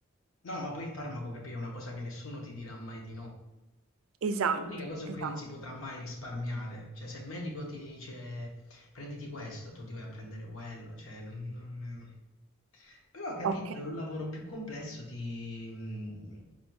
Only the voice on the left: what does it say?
No, ma poi il farmaco, capì, è una cosa che nessuno ti dirà mai di no.
È l'unica cosa su
cui non si potrà mai risparmiare. Cioè, se il medico ti dice prenditi questo, tu ti vai a prendere quello. Cioè, non- non- Però, capito,
è un lavoro più complesso, ti... mh,